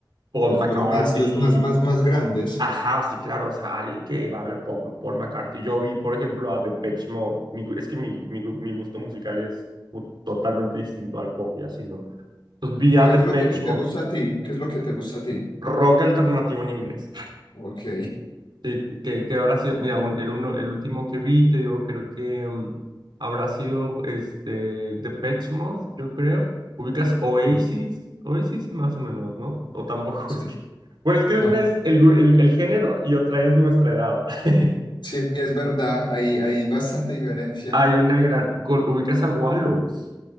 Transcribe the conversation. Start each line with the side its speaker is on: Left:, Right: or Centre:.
Right: Paul
Left: Pues
Right: McCartney,
Left: los más, los más, más, más grandes.
Right: Ajá, sí, claro, o sea, alguien que va a ver Paul, Paul McCartney. Yo vi, por ejemplo, a Depeche Mode. Mi gu- es que mi, mi, gu- mi gusto musical es pu- totalmente distinto al pop y así, ¿no? Entonces vi a
Left: ¿Qué
Right: Depeche
Left: es lo que te
Right: Mode,
Left: gusta a ti? ¿Qué es lo que te gusta a ti?
Right: rock alternativo en inglés.
Left: Ok.
Right: Sí, que, que habrá sido, mira, un- el, uno, el último que vi, te digo, creo que mm, habrá sido este, Depeche Mode, yo creo. Ubicas Oasis,
Left: <laughs>
Right: Oasis más o menos, ¿no? O tampoco
Left: Sí.
Right: <laughs> es que... Bueno, es que
Left: No.
Right: una es el, gru- el el género y otra es nuestra edad. <laughs>
Left: Sí, es verdad, hay, hay bastante diferencia.
Right: Hay una gran... con- ¿Ubicas a Wallows?